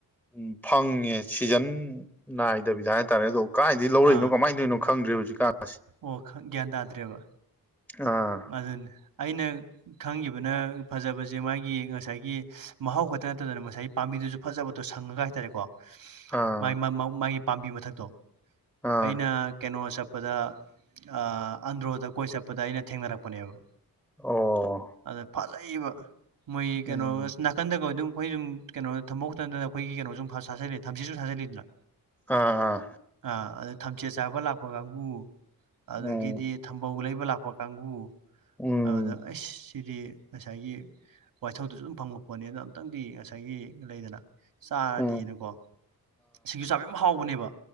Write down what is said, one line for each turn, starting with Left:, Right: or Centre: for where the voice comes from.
Centre: ꯎꯝ ꯐꯪꯉꯦ ꯁꯤꯖꯟ ꯅꯥꯏꯗꯕꯤꯗ ꯍꯥꯏꯇꯥꯔꯦ ꯑꯗꯣ ꯀꯥꯏꯗꯩ ꯂꯧꯔꯛꯏꯅꯣ
Right: ꯑꯥ
Centre: ꯀꯃꯥꯏꯅ ꯇꯩꯏꯅꯣ ꯈꯪꯗ꯭ꯔꯦ ꯍꯧꯖꯤꯛꯀꯥꯟꯥꯁꯦ
Right: ꯑꯣ ꯈꯪ ꯒ꯭ꯌꯥꯟ ꯇꯥꯗ꯭ꯔꯦꯕ
Centre: ꯑꯥ
Right: ꯃꯥꯗꯨꯅꯦ ꯑꯩꯅ ꯈꯪꯈꯤꯕꯅ ꯐꯖꯕꯁꯦ ꯃꯥꯒꯤ ꯉꯁꯥꯏꯒꯤ ꯃꯍꯥꯎ ꯈꯛꯇ ꯅꯠꯇꯗꯅ ꯉꯁꯥꯏ ꯄꯥꯝꯕꯤꯗꯨꯁꯨ ꯐꯖꯕꯗꯣ ꯁꯪꯉꯒ ꯍꯥꯏꯇꯥꯔꯦꯀꯣ
Centre: ꯑꯥ
Right: ꯃꯥꯒꯤ ꯃꯥ-ꯃꯧ ꯃꯥꯒꯤ ꯄꯥꯝꯕꯤ ꯃꯊꯛꯇꯣ
Centre: ꯑꯥ
Right: ꯑꯩꯅ ꯀꯦꯅꯣ ꯆꯠꯄꯗ ꯑꯥ ꯑꯟꯗ꯭ꯔꯣꯗ ꯀꯣꯏ ꯆꯠꯄꯗ ꯑꯩꯅ ꯊꯦꯡꯅꯔꯛꯄꯅꯦꯕ
Centre: ꯑꯣ
Right: ꯑꯗ ꯐꯖꯩꯕ ꯃꯣꯏ
Centre: ꯎꯝ
Right: ꯀꯩꯅꯣ ꯑꯁ ꯅ ꯅꯥꯀꯗꯒ ꯑꯗꯨꯝ ꯃꯣꯏꯗꯨ ꯀꯩꯅꯣ ꯊꯝꯕꯧ ꯇꯟꯗꯅ ꯑꯩꯈꯣꯏꯒꯤ ꯀꯩꯅꯣ ꯐꯥꯁꯥꯖꯤꯜ ꯊꯝꯆꯦ ꯁꯨ ꯁꯥꯠꯖꯜꯂꯤꯗꯅ
Centre: ꯑꯥ ꯑꯥ
Right: ꯑꯥ ꯑꯗꯨ ꯊꯝꯆꯦꯠ ꯆꯥꯕ ꯂꯥꯛꯄ ꯀꯥꯡꯒꯨ ꯑꯗꯒꯤꯗꯤ
Centre: ꯎꯝ
Right: ꯊꯝꯕꯧ ꯂꯩꯕ ꯂꯥꯛꯄ ꯀꯥꯡꯕꯨ
Centre: ꯎꯝ
Right: ꯑꯗꯨꯗ ꯑꯩꯁ ꯁꯤꯗꯤ ꯉꯁꯥꯏꯒꯤ ꯋꯥꯏꯊꯧꯗꯨꯁꯨ ꯑꯗꯨꯝ ꯐꯪꯕꯛꯄꯣꯠꯅꯤ ꯑꯗꯣ ꯑꯝꯛꯇꯪꯗꯤ ꯉꯁꯥꯏꯒꯤ ꯂꯩꯗꯅ ꯆꯥꯔꯗꯤꯅꯀꯣ
Centre: ꯎꯝ
Right: ꯁꯤꯡꯁꯨ ꯆꯥꯕ ꯌꯥꯝ ꯍꯥꯎꯕꯅꯦꯕ